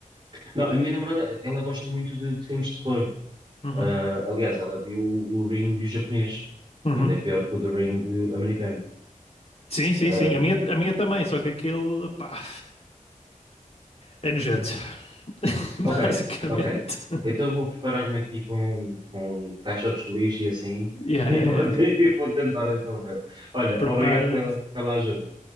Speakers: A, on the right; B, on the left.
A: Não, a minha namorada, ela gosta muito de, de filmes de terror.
B: Uhum,
A: Ah, aliás, ela viu o Ring japonês,
B: uhum.
A: que ainda é pior que o The Ring americano.
B: Sim, sim,
A: Ahm,
B: sim. A minha, a minha também, só que aquele, pá, é nojento. <laughs>
A: ok,
B: Basicamente.
A: ok. Então eu vou preparar-me aqui com, com caixotes de lixo e assim,
B: Yeah,
A: <laughs> e
B: yeah,
A: vou,
B: yeah.
A: te- e vou tentar então ver. Olha,
B: Prepara-te.
A: obrigado pela, pela ajuda.